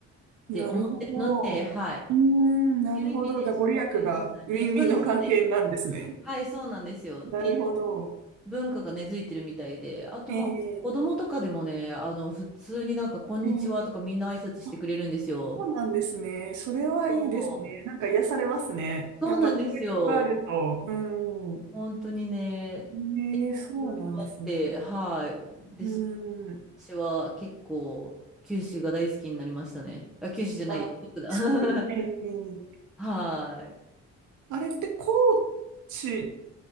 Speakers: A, in the centre; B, on the right.
A: って思ってるので、
B: なるほど。うーん、
A: はい。っ
B: なるほど。
A: ていう意味で、
B: じゃあ、
A: その、
B: ご利益がウィンウィンの関係なんですね。
A: お遍路さんに、いや、そうです、そうです。はい、そうなんですよ。っていう
B: なるほど。
A: 文化が根付いてるみたいで、あと、
B: えー、
A: まあ、子供とかでもね、あの、普通になんか、こんにちはとか、
B: えー、
A: みんな挨拶してくれるんですよ。
B: あそうなんですね。それはいいですね。
A: そう、
B: なんか癒されますね。
A: そうなんですよ。
B: やっぱ交流があると。うん。
A: 本当にね、
B: ねえ、
A: ていろいろあって、
B: そうなんですね。
A: はい。で、
B: う
A: そう
B: ん。
A: 私は結構、九州が大好きになりましたね。あ、九州じゃないや、
B: あ、
A: 四国だ。
B: 四国。
A: <laughs>
B: ええ
A: はい。
B: あれって高知